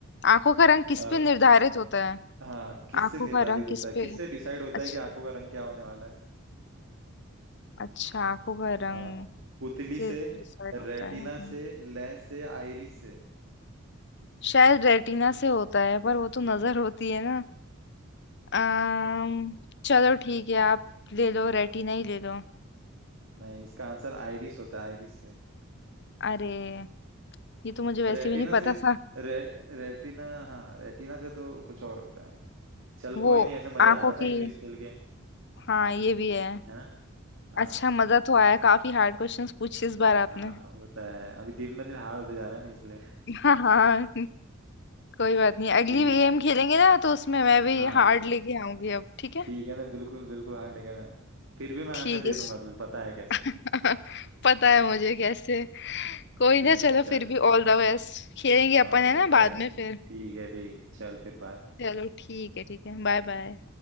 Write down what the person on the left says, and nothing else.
आंखों का रंग
किस पे निर्धारित होता है
आंखों
का रंग
किस
पे
अच्छा
अच्छा आंखों का रंग
किससे
डिसाइड
होता है हम्म,
शायद रेटिना से होता है पर वो तो नजर होती है ना अम्म चलो ठीक है आप ले लो रेटिना ही ले लो
अरे ये तो मुझे वैसे
भी नहीं
पता था
वो
आंखों
की
हाँ ये भी है
अच्छा मजा तो आया काफी हार्ड क्वेश्चंस पूछे इस बार आपने
<laughs> हाँ हाँ कोई बात नहीं अगली
गेम
खेलेंगे ना तो उसमें मैं भी
हार्ड लेके आऊंगी अब ठीक है
ठीक
है
<laughs>
श- पता है मुझे कैसे कोई
ना चलो
फिर भी ऑल द बेस्ट खेलेंगे अपन
है ना
बाद में फिर
चलो ठीक है ठीक है बाय बाय